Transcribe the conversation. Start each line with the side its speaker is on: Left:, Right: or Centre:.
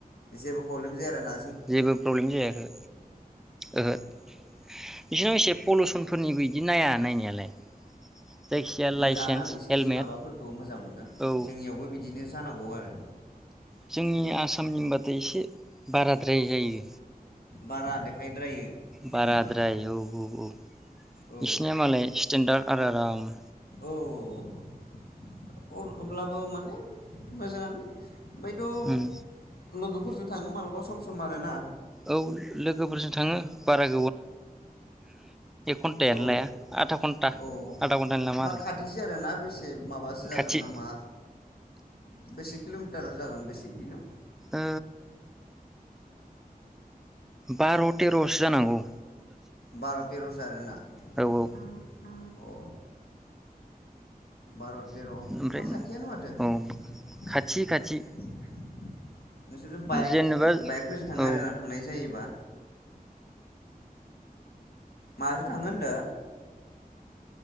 Left: जेबो प्रब्ले जाया आरो ना
Centre: जेबो प्रब्लेम जाया ओहो ओहो बिसोर एसे पुल'सनफोरनिबो बिदि नाया नायनायालाय जायखिजाया लाइसेन्स
Left: मोजाङानो आं बिसोरनि
Centre: हेलमेट
Left: माबाफोरखौ मोजां मोनो
Centre: औ
Left: जोंनियावबो बिदिनो जानांगौ आरो
Centre: जोंनि आसामनिबाथाय एसे बाराद्राय जायो
Left: बारा देखायद्रायो जोंनियाव
Centre: बाराद्राय औ औ औ
Left: औ
Centre: बिसिनिया मालाय स्टेेनडार्ड आरो आराम
Left: औ औ औ अब्लाबो माने मोजाङानो ओमफ्रायथ'
Centre: उम
Left: लोगोफोरजों थाङो मालाबा सम सम सम आरो ना
Centre: औ लोगोफोरजों थाङो बाराग घन्टायानो
Left: औ
Centre: लाया आधा घन्टा
Left: औ
Centre: आधा घन्टानि लामा
Left: होमबा
Centre: आरो
Left: खाथिसो आरोना बेसे माबासो जागोन
Centre: खाथि
Left: नामा बेसे किल मिटार जागोन बेसे इदिनो?
Centre: ओ बार' तेर'सो जानांहागौ।
Left: बार' तेर'सो आरोना?
Centre: औ औ
Left: अ। बार' तेर' ओमबा
Centre: ओमफ्राय
Left: खाथियानो माथो। नोंसोर
Centre: औ खाथि खाथि
Left: बाइक
Centre: जेनेबा
Left: बाइकफोरजों थाङो
Centre: औ
Left: आरोना थांनाय जायोबा? माजो थाङो होनदो?